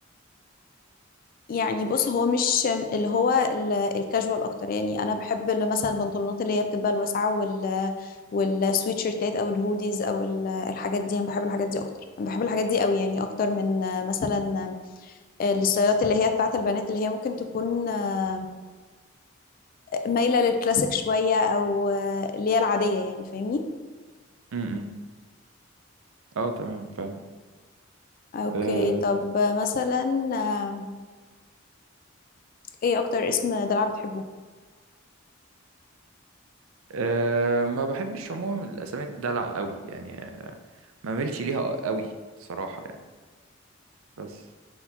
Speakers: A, on the left; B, on the right.
A: يعني بص هو مش اللي هو ال- الكاجوال اكتر يعني انا بحب اللي مثلا البنطلونات اللي هي بتبقى الواسعه وال والسويت شيرتات او الهوديز او ال- الحاجات دي انا بحب الحاجات دي اكتر انا بحب الحاجات دي قوي يعني اكتر من آه، مثلا آه، الستايلات اللي هي بتاعت البنات اللي هي ممكن تكون آه، مايله للكلاسيك شويه او آه، اللي هي العاديه يعني فاهمني
B: امم إمم. اه تمام فاهم
A: اوكي
B: أه
A: طب آه، مثلا آه، ايه اكتر اسم دلع بتحبه
B: أه ما بحبش عموما الاسامي الدلع قوي يعني آه، ما ملش ليها قوي الصراحة يعني بس